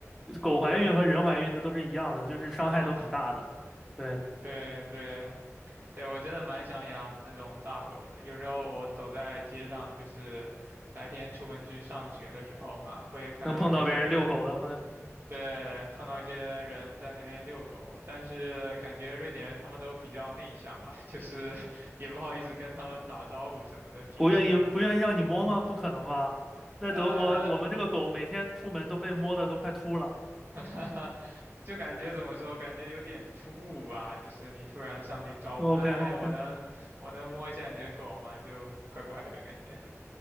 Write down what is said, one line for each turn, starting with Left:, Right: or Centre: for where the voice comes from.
Centre: 狗怀孕和人怀孕的都是一样的，就是伤害都很大的。
Right: 哈哈，
Centre: 对，
Right: 对对，对，我真的蛮想养那种大狗的。有时候我走在街上，就是白天出门去上学的时候嘛，会看到有一些人，
Centre: 能碰到别人遛狗的，或者。
Right: 对，碰到一些人在那边遛狗。但是感觉瑞典人他们都比较内向吧，<laughs> 就是也不好意思跟他们打招呼什么的。平时，
Centre: 不愿意不愿意让你摸吗？不可能吧？在德国，
Right: 呃，
Centre: 我们这个狗每天出门都被摸的都快秃了。
Right: <laughs> 就感觉怎么说，感觉有点突兀吧。就是你突然上去招呼，
Centre: OK
Right: 哎，
Centre: OK，
Right: 我能我能摸一下你的狗吗？就怪怪的感觉。